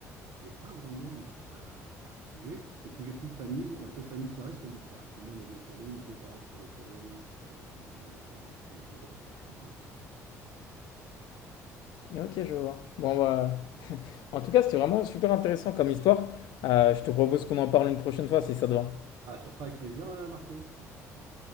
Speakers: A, on the right; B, on the left.
A: j'ai pas grand monde moi, à, à trouver. Et puis j'ai plus de famille. La seule famille qui reste, c'est mon frère. Tout le monde est décédé. Mes deux parents sont décédés. Donc tu sais, y a- j'ai zéro, j'ai zéro attache là-bas. quoi.
B: OK, je vois. Bon bah, <laughs>
A: Et-
B: en tout cas, c'était vraiment super intéressant comme histoire. Heu, je te propose qu'on en parle une prochaine fois si ça te va.
A: Ah, ça sera avec plaisir, euh, Marco. On s'en reprend.